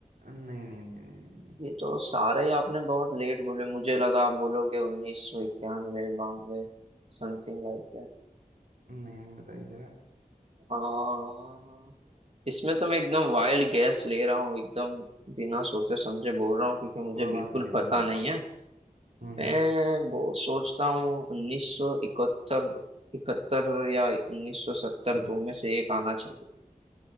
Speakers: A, on the right (about 85°); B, on the right (about 45°).
A: नहीं नहीं नहीं नहीं नहीं
B: ये तो सारे ही आपने बहुत लेट बोले मुझे लगा आप बोलोगे उन्नीस सौ इक्यानवे बानवे समथिंग लाइक
A: नहीं नहीं नहीं बताइए जरा
B: दैट इसमें तो मैं एकदम वाइल्ड गैस ले रहा हूँ एकदम बिना सोचे समझे बोल रहा हूँ क्योंकि मुझे
A: कोई बात
B: बिल्कुल
A: नहीं, ले
B: पता
A: दो ले
B: नहीं
A: दो
B: है
A: हम्म
B: मैं
A: हम्म
B: वो सोचता हूँ उन्नीस सौ इकहत्तर इकहत्तर या उन्नीस सौ सत्तर दो
A: बि-
B: में से एक आना चाहिए